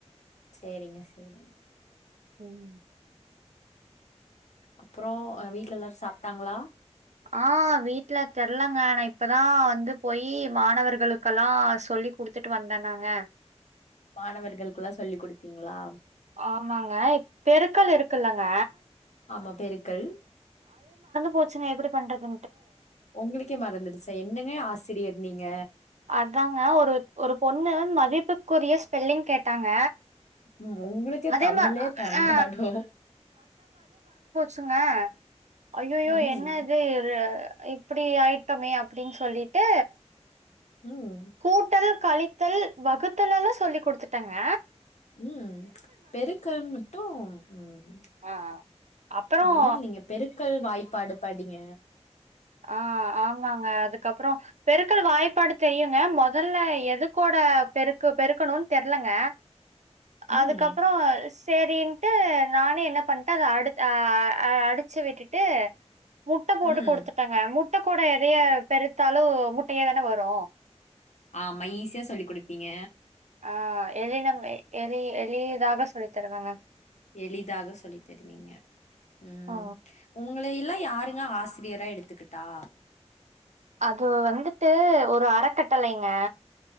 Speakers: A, on the left; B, on the right.
A: செரிங்க செரிங்க
B: ம்
A: அப்பறோ வீட்ல எல்லாரும் சாப்ட்டாங்களா
B: ஆஹ் வீட்ல தெரலங்க ஆனா இப்பதான் வந்து போயி மாணவர்களுக்கெல்லாம் சொல்லி குடுத்துட்டு வந்தேனாங்க
A: மாணவர்களுக்குல்லா சொல்லி கொடுத்தீங்களா
B: ஆமாங்க பெருக்கள் இருக்குல்லங்க
A: ஆமா பெருக்கல்
B: போச்சு எப்டி பண்றது
A: உங்களுக்கே மறந்துடுச்சா என்னங்க ஆசிரியர் நீங்க
B: அதாங்க ஒரு ஒரு பொண்ணு மதிப்புக்குரிய ஸ்பெல்லிங் கேட்டாங்க
A: உ உங்களுக்கு
B: அதே
A: தமிழே
B: மா
A: தண்டாடு
B: ஆ சுங்க ஐய்யயோ
A: ம்
B: என்ன இது இப்பிடி ஆயிட்டோமே அப்டின்னு சொல்லிட்டு
A: ம்
B: கூட்டல் கழித்தல் வகுத்தல் எல்லா சொல்லி் குடுத்துட்டங்க
A: உம் பெருக்கல் மட்டு உம்
B: ஆ ஆ அப்புறம்
A: இனிமேல் நீங்க பெருக்கல் வாய்ப்பாடு படிங்க
B: ஆஹ் ஆமாங்க அதுக்கப்புற பெருக்கல் வாய்ப்பாடு தெரியுங்க முதல்ல எதுக்கோட பெருக்கு பெருக்கணும்னு தெரியலங்க அதுக்கப்புறோ
A: ம்
B: சேரின்ட்டு நானே என்ன பண்ணிட்டே அத அடுச்சு விட்டுட்டு முட்ட போடு
A: ம்
B: குடுத்து முட்ட கூட எதைய பெருத்தாலு முட்டையே தான வரு
A: ஆமா ஈஸியா சொல்லி் கொடுப்பீங்க
B: ஆஹ் எ நம் எ எளிதாக சொல்லித் தருவேங்க
A: எளிதாக சொல்லி தருவீங்க உம்
B: ஆ.
A: உங்க இ எல்லா யாருங்க ஆசிரியரா எடுத்துக்கிட்டா
B: அது வந்துட்டு ஒரு அறக்கட்டளைங்க